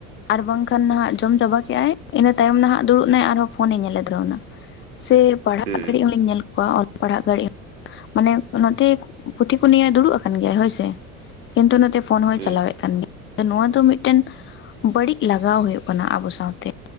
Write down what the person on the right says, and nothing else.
ᱦᱮᱸ ᱦᱩᱸ
ᱦᱩᱸ